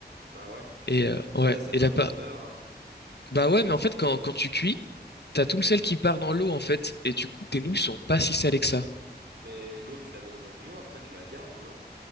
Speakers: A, on the right; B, on the left.
A: Ah ouais.
B: Et euh,
A: Ça,
B: ouais,
A: ça, ça
B: et
A: fait
B: là
A: un
B: pas.
A: peu peur. hein.
B: Bah ouais, mais en fait quand quand tu cuis, t'as tout le sel qui part dans l'eau en fait et du coup tes nouilles sont pas si salées que ça.
A: Mais l'eau, tu la mets dans un bouillon après, tu la gardes, non?